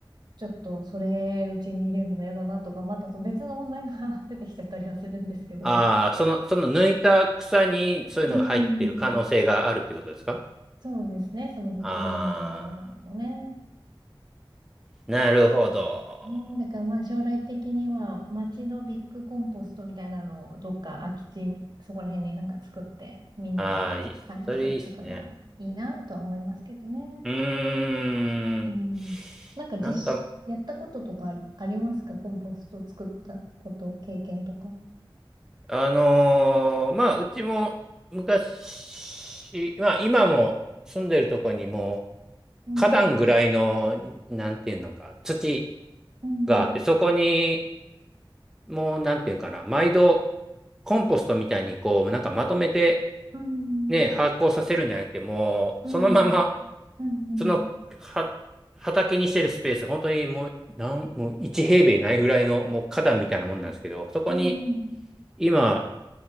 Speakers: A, on the right; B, in the centre.
A: ちょっとそれ、うちに入れるの嫌だなとか、またその別の問題が <laughs> 出てきちゃったりはするんですけど。
B: ああ、その、その抜いた草にそういうのが入ってる可能性があるっていうことですか
A: うん、そうですね。そのご近所のね。
B: ああー、なるほど。
A: ね、だからまあ将来的には町のビッグコンポストみたいなのをどっか空き地、そこら辺になんか作ってみんなで管理するとかがいいなとは思いますけどね。
B: ああ、いいそれいいっすね。うーん。
A: うん。なんか実施、
B: なんか、
A: やったこととかありますかコンポスト作ったこと、経験とか。
B: あのーまあ、うちも昔、まあ、今も住んでるとこにも、
A: うん。
B: 花壇ぐらいの、なんていうのか、土
A: うん。
B: があって、そこに、もう、なんていうのかな、毎度、コンポストみたいに、こう、なんかまとめて、
A: うん。
B: ね、発酵させるんじゃなくて、もう、
A: うん。
B: そのまま、
A: うん。うん。
B: その、は、畑にしてるスペース、本当にもう、なん、もう1平米ないぐらいの、もう花壇みたいなもんなんですけど、そこに、
A: うん。うん。
B: 今、